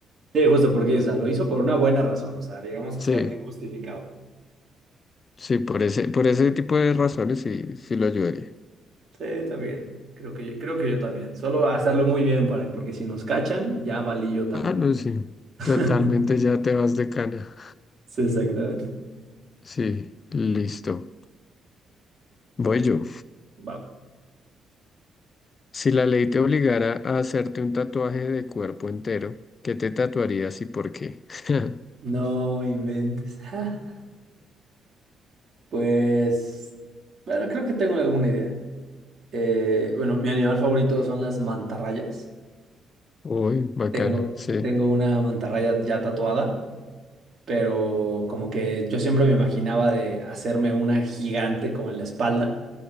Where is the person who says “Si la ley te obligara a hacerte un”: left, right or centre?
Left